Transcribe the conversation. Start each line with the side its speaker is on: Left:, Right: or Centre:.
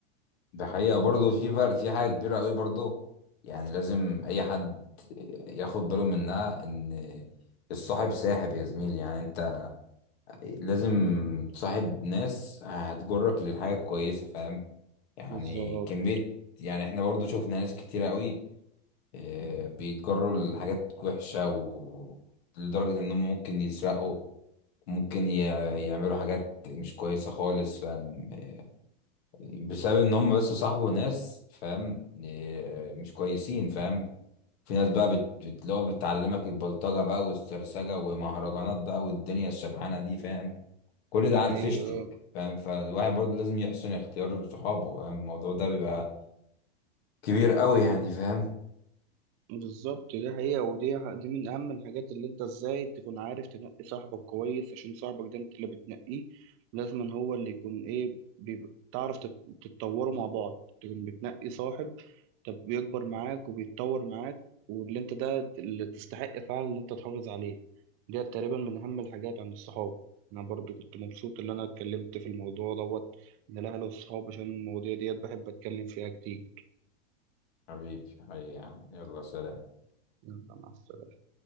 Left: ده حقيقة برضه في فرق في حاجة كبيرة قوي برضه يعني لازم أي حد ياخد باله منها إن الصاحب ساحب يا زميلي يعني أنت لازم تصاحب ناس هتجرك للحاجة الكويسة فاهم؟ يعني
Right: بالظبط
Left: كمية يعني احنا برضه شفنا ناس كتيرة قوي آه، بيتجروا لحاجات وحشة ولدرجة إنهم ممكن يسرقوا ممكن ي- يعملوا حاجات مش كويسة خالص فاهم بسبب إن هم بس صاحبوا ناس فاهم آه، مش كويسين فاهم في ناس بقى بت... بت- اللي هو بتعلمك البلطجة بقى والسرسجة ومهرجانات بقى والدنيا الشبحانة دي فاهم كل
Right: دي
Left: ده على
Right: حقيقة
Left: الفيشتك فاهم فالواحد برضه لازم يحسن اختيار صحابه فاهم الموضوع ده بيبقى كبير قوي يعني فاهم
Right: بالظبط دي حقيقة ودي ح- دي من أهم الحاجات اللي أنت إزاي تكون عارف تنقي صاحبك كويس عشان صاحبك ده أنت اللي بتنقيه لازما هو اللي يكون إيه بيبقى تعرف تت- تتطوروا مع بعض تكون بتنقي صاحب طب بيكبر معاك وبيتطور معاك واللي أنت ده اللي تستحق فعلا إن أنت تحافظ عليه دي تقريبا من أهم الحاجات عن الصحاب أنا برضو كنت مبسوط إن أنا اتكلمت في الموضوع دوت من الأهل والصحاب عشان المواضيع ديت بحب أتكلم فيها كتير
Left: حبيبي حبيبي يا عم يلا سلام
Right: يلا مع السلامة